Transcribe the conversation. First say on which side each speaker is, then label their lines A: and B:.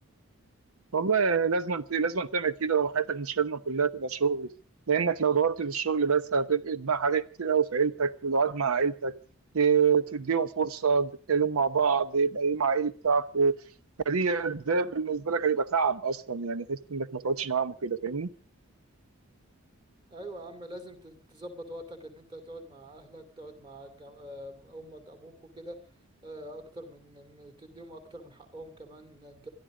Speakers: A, on the right; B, on the right.
A: والله لازم لازم تعمل كده وحياتك مش لازم كلها تبقى شغل لانك لو دورت في الشغل بس هتفقد مع حاجات كتير قوي في عيلتك القعد مع عيلتك ت- تديهم فرصه تتكلموا مع بعض يبقى ايه مع ايه بتاعكم فدي ده بالنسبه لك هيبقى تعب اصلا يعني حته انك ما تقعدش معاهم وكده فاهمني
B: ايوه يا عم لازم ت- تظبط وقتك ان انت تقعد مع اهلك تقعد مع الج- آه، امك ابوك وكده آه، اكتر من من- تديهم اكتر من حقهم كمان انت